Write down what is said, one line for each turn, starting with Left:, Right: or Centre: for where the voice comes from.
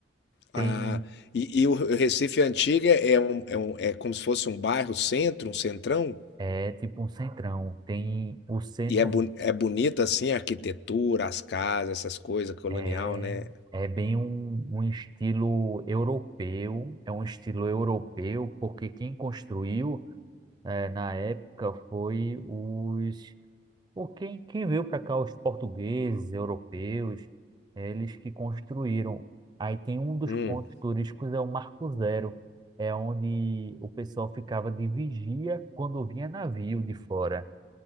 Left: ah,
Right: Tem,
Left: e, e o Recife Antiga é, um, é, um, é como se fosse um bairro centro, um centrão?
Right: é, tipo um centrão, tem o centro,
Left: E é boni é bonita, assim, a arquitetura, as casas, essas coisas, colonial,
Right: é,
Left: né?
Right: é bem um, um estilo europeu, é um estilo europeu, porque quem construiu é, na época foi os o quem, quem veio para cá os portugueses, europeus, é, eles que construíram. Aí tem um dos
Left: Hum.
Right: pontos turísticos é o Marco Zero, é onde o pessoal ficava de vigia quando vinha navio de fora.